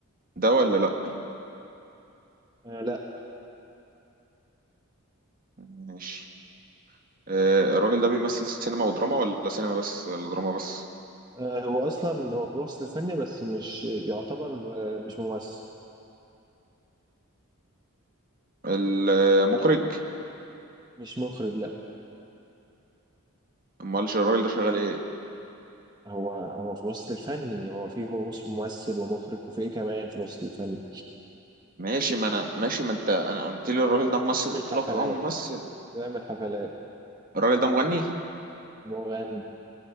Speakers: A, on the right (about 40°); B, on the right (about 20°).
A: ده ولا لا
B: آه لا
A: ماشي آه، الراجل ده بيمثل سينما ودراما ولا سينما بس ولا دراما بس
B: آه هو اصلا هو بالوصف الفني بس مش يعتبر آه مش ممثل
A: المخرج
B: مش مخرج لا
A: امال الراجل ده شغال ايه
B: هو هو في الوسط الفني هو في ممس- ممثل ومخرج وفي ايه كمان في الوسط الفني
A: ماشي ما انا ماشي ما انت انا قلت لي الراجل ده ممثل
B: بيعمل
A: قلت لك
B: حفلات
A: اه ممثل
B: بيعمل حفلات
A: الراجل ده مغني
B: مغني